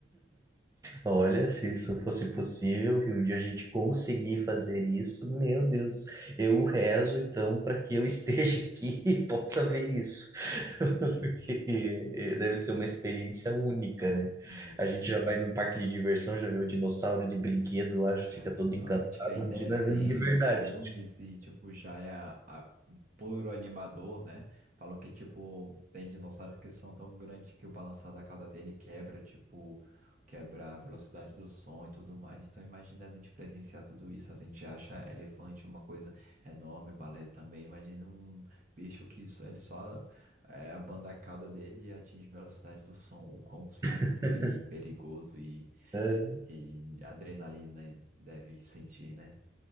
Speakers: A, on the right (about 15°); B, on the right (about 40°).
A: olha, se isso fosse possível, e um dia a gente conseguir fazer isso, meu Deus, eu rezo então para que eu esteja aqui <laughs> e possa ver isso,
B: É,
A: <laughs>
B: também,
A: porque
B: né? <laughs>
A: eh, deve ser uma experiência única, né?
B: É, Exatamente.
A: A gente já vai num parque de diversão, já vê o dinossauro de brinquedo lá, já fica
B: É,
A: todo
B: não,
A: encantado,
B: a gente vê em
A: a
B: desenhos,
A: gente já vê de verdade.
B: filmes e, tipo, já é a, a- puro animador, né? Falou que, tipo, tem dinossauros que são tão grandes que o balançar da cauda dele quebra, tipo, quebra a velocidade do som e tudo mais. Então, imagina a gente presenciar tudo isso. A gente acha elefante uma coisa enorme, baleia também. Imagina um bicho que só, ele só é, abanda a cauda dele e atinge a velocidade do som. O quão sinistro
A: <laughs>
B: e perigoso e
A: É,
B: e adrenalina deve sentir, né?